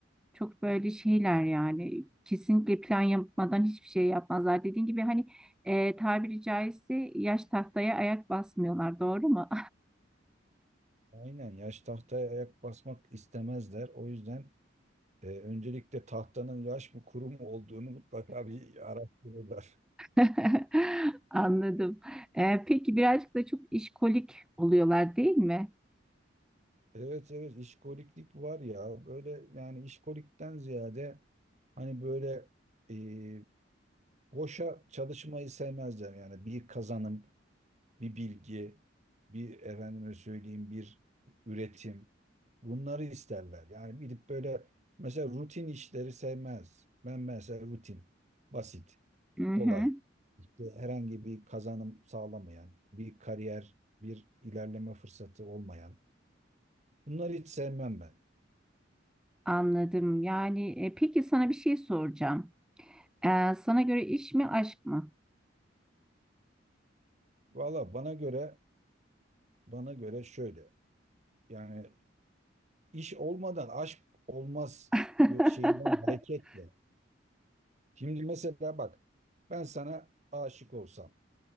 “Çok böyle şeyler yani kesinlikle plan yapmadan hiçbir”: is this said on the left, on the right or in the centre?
Centre